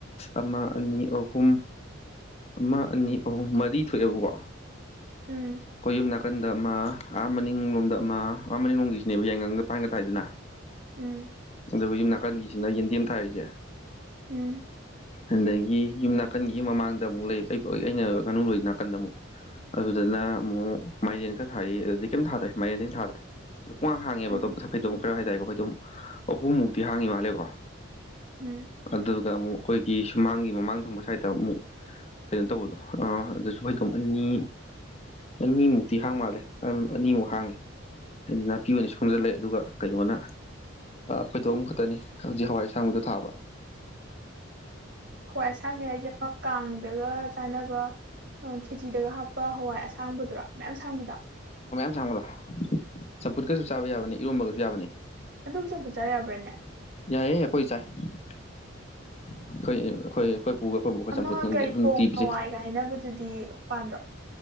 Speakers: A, on the left (about 30°); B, on the right (about 60°).
A: ꯑꯃ ꯑꯅꯤ ꯑꯍꯨꯝ ꯑꯃ ꯑꯅꯤ ꯑꯍꯨꯝ ꯃꯔꯤ ꯊꯣꯛꯑꯦꯕꯀꯣ
B: ꯎꯝ
A: ꯀꯑꯣꯌꯨꯝ ꯅꯥꯀꯟꯗ ꯑꯃ ꯑꯥ ꯃꯅꯤꯡꯂꯣꯝꯗ ꯑꯃ ꯑꯥ ꯃꯅꯤ ꯅꯣꯡꯒꯤꯁꯤꯅꯦꯕ ꯌꯥꯏꯉꯪꯒ ꯄꯥꯟꯒ ꯊꯥꯏꯗꯅ
B: ꯎꯝ
A: ꯑꯗꯨꯒ ꯌꯨꯝ ꯅꯥꯀꯟꯒꯤꯁꯤꯅ ꯌꯦꯟꯗꯦꯝ ꯊꯥꯔꯤꯖꯦ
B: ꯎꯝ
A: ꯑꯗꯒꯤ ꯌꯨꯝ ꯅꯥꯀꯟꯒꯤ ꯃꯃꯥꯡꯗ ꯑꯃꯨꯛ ꯂꯩ ꯑꯩꯅ ꯉꯥꯅꯨ ꯂꯣꯏꯔꯤ ꯅꯥꯀꯟꯗ ꯑꯃꯨꯛ ꯑꯗꯨꯗꯨꯅ ꯑꯃꯨꯛ ꯃꯥꯏꯔꯦꯟ ꯈ ꯊꯥꯔꯤ ꯑꯗꯨꯗꯤ ꯀꯩꯝ ꯊꯥꯗ꯭ꯔꯦ ꯃꯥꯏꯔꯦꯟꯗꯒꯤꯝ ꯊꯥꯗ꯭ꯔꯦ ꯄꯨꯡ ꯍꯥꯡꯉꯦꯕ
B: ꯎꯝ
A: ꯑꯇꯣꯞ ꯐꯩꯗꯣꯝ ꯈꯔ ꯍꯥꯏꯇꯥꯔꯦꯀꯣ ꯐꯩꯗꯣꯝ ꯑꯍꯨꯝ ꯃꯃꯨꯛꯇꯤ ꯍꯥꯡꯉꯤ ꯃꯥꯜꯂꯦꯀꯣ
B: ꯎꯝ
A: ꯑꯗꯨꯒ ꯑꯃꯨꯛ ꯑꯩꯈꯣꯏꯒꯤ ꯁꯨꯃꯥꯡꯒꯤ ꯃꯃꯥꯡ ꯊꯪꯕ ꯁꯥꯏꯠꯇ ꯑꯃꯨꯛ ꯀꯩꯅꯣ ꯇꯧꯕꯗꯣ ꯑ ꯑꯗꯨꯁꯨ ꯍꯩꯗꯣꯝ ꯑꯅꯤ ꯑꯅꯤꯃꯨꯛꯇꯤ ꯍꯥꯡ ꯃꯥꯜꯂꯦ ꯑꯅꯤꯃꯨꯛ ꯍꯥꯡꯉꯦ ꯍꯥꯏꯗꯤ ꯅꯥꯄꯤ ꯑꯣꯏꯅ ꯁꯣꯝꯖꯜꯂꯛꯦ ꯑꯗꯨꯒ ꯀꯩꯅꯣꯅ ꯄꯩꯊꯣꯛ ꯑꯃꯈꯛꯇꯅꯤ ꯍꯧꯖꯤꯛ ꯍꯋꯥꯏꯁꯥꯡꯕꯕꯨꯗ ꯊ ꯑꯕ
B: ꯍꯋꯥꯏ ꯑꯁꯥꯡꯅꯤ ꯍꯥꯏꯁꯦ ꯑꯃ ꯀꯥꯡꯗꯒ ꯆꯥꯅꯕ ꯈꯦꯆꯤꯗꯒ ꯍꯥ ꯑꯄ ꯍꯋꯥꯏ ꯑꯁꯥꯡꯕꯗꯨꯔꯥ ꯃꯌꯥꯝ ꯁꯥꯡꯕꯤꯗ
A: ꯥꯡꯕꯗꯣ ꯆꯝꯐꯨꯠꯀꯁꯨ ꯆꯥꯕ ꯌꯥꯕꯅꯦ ꯏꯔꯣꯝꯕꯒꯁꯨ ꯌꯥꯕꯅꯤ
B: ꯑꯗꯨ ꯁꯨꯝ ꯄꯨꯠꯆ ꯌꯥꯕ꯭ꯔꯥꯅꯦ
A: ꯌꯥꯏ ꯍꯈꯣꯏ ꯆꯥꯏ ꯑꯩꯈꯣꯏ ꯑꯩꯈꯣꯏ ꯑꯩꯈꯣꯏ ꯄꯨꯒ ꯑꯩꯈꯣꯏꯕꯨ ꯑꯩꯈ
B: ꯑꯃ
A: ꯆꯝꯐꯨꯠ ꯅꯨꯡꯗꯤ
B: ꯀꯔꯤ
A: ꯑꯗꯨꯝ
B: ꯄꯣꯡ
A: ꯇꯤꯕꯁꯩ
B: ꯍꯋꯥꯏꯒ ꯍꯥꯏꯅꯕꯗꯨꯗꯤ ꯄꯥꯟꯗ꯭ꯔꯣ